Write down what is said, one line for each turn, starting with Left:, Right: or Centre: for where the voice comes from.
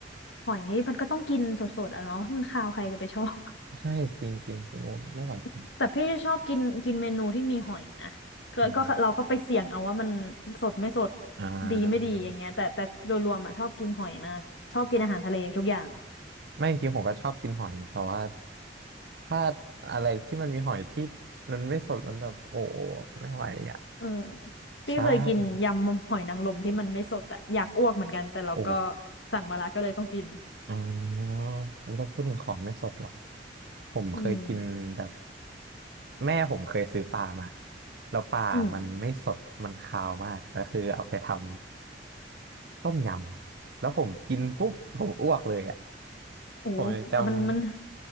Left: หอยนี่มันก็ต้องกินสดๆอ่ะเนาะมันคาวใครจะไปชอบ
Right: ใช่จริงจริงจริงโอ้ไม่ไหวจริง
Left: <laughs> แต่พี่ชอบกินกินเมนูที่มีหอยนะก็ก็เราก็ไปเสี่ยงเอาว่ามัน
Right: นอน
Left: สดไม่สด
Right: อ่า
Left: ดีไม่ดีอย่างเงี้ยแต่แต่โดยรวมอ่ะชอบกินหอยมากชอบกินอาหารทะเลทุกอย่าง
Right: ไม่จริงผมก็ชอบกินหอยแต่ว่าถ้าอะไรที่มันมีหอยที่มันไม่สดมันแบบโอ้ไม่ไหวอ่ะ
Left: เออพี่เคยกินยำหอยนางรมที่มันไม่สดอะอยากอ้วกเหมือนกันแต่เราก็
Right: ใช่โอ้
Left: สั่งมาละก็เลยต้องกิน
Right: อ๋ออุ๊ยเราพูดถึงของไม่สดเหรอผมเคยกินแบบ
Left: อืม
Right: แม่ผมเคยซื้อปลามาแล้วปลามันไม่สดมันคาวมากก็คือเอาไปทำ
Left: อืม
Right: ต้มยำแล้วผมกินปุ๊บผมอ้วกเลยอ่ะ
Left: โอ้อ่ะมันมัน
Right: ผมยังจำ